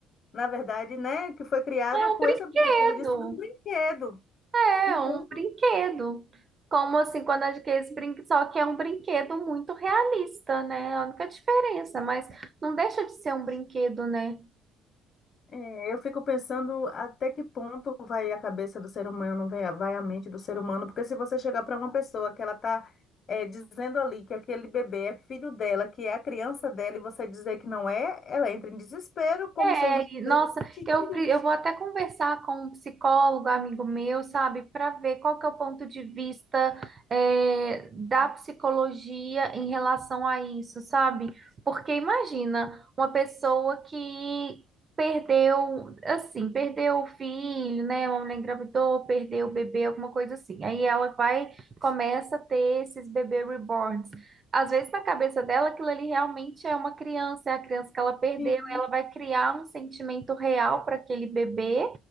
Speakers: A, on the left; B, on the right.
A: na verdade, né, que foi criado
B: É um
A: com
B: brinquedo.
A: esse objetivo de ser um brinquedo.
B: É
A: Então,
B: um brinquedo. Como assim, quando adquire esse brinquedo, só que é um brinquedo muito realista, né? É A única diferença, mas não deixa de ser um brinquedo, né?
A: É, eu fico pensando até que ponto vai a cabeça do ser humano, vai a vai a mente do ser humano, porque se você chegar para uma pessoa que ela está dizendo ali que aquele bebê é filho dela, que é a criança dela, e você dizer que não é, ela entra em desespero, como
B: É,
A: se a gente
B: e,
A: estivesse
B: nossa,
A: mentindo.
B: eu, pre- eu vou até conversar com um psicólogo, amigo meu, sabe, para ver qual que é o ponto de vista é, da psicologia em relação a isso, sabe? Porque imagina uma pessoa que perdeu, assim, perdeu o filho, né? Uma mulher engravidou, perdeu o bebê, alguma coisa assim. Aí ela vai, começa a ter esses bebê reborns. Às vezes na cabeça dela aquilo ali realmente é uma criança, é a criança que ela perdeu
A: Sim,
B: ela vai criar um sentimento real para aquele bebê.